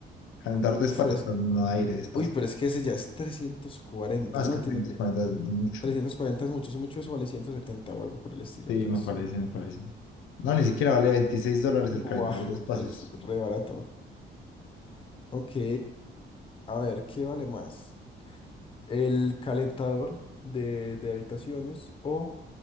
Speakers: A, on the left; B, on the left.
A: Calentador de
B: Uf,
A: espacio,
B: pero es
A: pero no de aire, de espacio.
B: Uy, pero es que ese ya es trescientos cuarenta
A: Más
B: ¿no?
A: que
B: Tiene
A: 340
B: que...
A: es mucho.
B: 340 es mucho, si mucho eso vale 170 o algo por el estilo,
A: Sí,
B: entonces...
A: me parece, me parece. No, ni siquiera vale 26 dólares
B: Buah,
A: el calentador de espacios.
B: es re barato. Ok, a ver, ¿qué vale más? ¿El calentador de, de habitaciones o